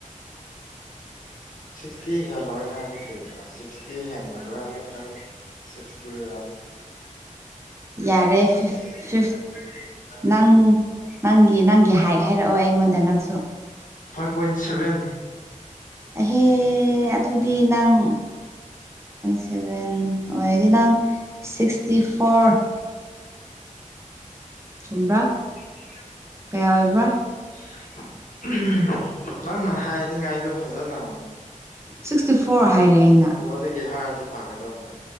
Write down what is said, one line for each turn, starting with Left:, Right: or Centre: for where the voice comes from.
Left: ꯁꯤꯛꯁꯇꯤ ꯍꯦꯜꯂꯣꯏ ꯍꯥꯏꯕꯗꯤ ꯀ꯭ꯔꯣ ꯁꯤꯛꯁꯇꯤ ꯍꯦꯜꯕ꯭ꯔꯥ ꯅꯠꯇ꯭ꯔꯒ ꯁꯤꯁꯇꯤ <unintelligible>
Right: ꯌꯥꯔꯦ ꯐꯤꯐ ꯐꯤꯐ ꯅꯪ ꯅꯪꯒꯤ ꯅꯪꯒꯤ ꯍꯥꯏ ꯍꯥꯏꯔꯛꯑꯣ ꯑꯩꯉꯣꯟꯗ ꯅꯪꯁꯨ
Left: ꯐꯥꯏꯚ ꯄꯣꯏꯟ ꯁꯚꯦꯟ
Right: ꯑꯍꯦ ꯑꯗꯨꯗꯤ ꯅꯪ ꯁꯚꯦꯟ ꯑꯣꯏꯔꯗꯤ ꯅꯪ ꯁꯤꯛꯁꯇꯤ ꯐꯣꯔ ꯆꯨꯝꯕ꯭ꯔꯥ
Left: <unintelligible>
Right: ꯀꯌꯥ ꯑꯣꯏꯕ꯭ꯔꯥ
Left: ꯅꯪꯅ ꯍꯥꯏꯅꯤꯡꯉꯥꯏꯗꯣ ꯐꯖꯅ
Right: ꯁꯤꯛꯁꯇꯤ ꯐꯣꯔ ꯍꯥꯏꯔꯦ ꯑꯩꯅ
Left: ꯑꯗꯒꯤ ꯍꯥꯏꯔꯗꯤ ꯐꯥꯒꯗꯕ꯭ꯔꯥ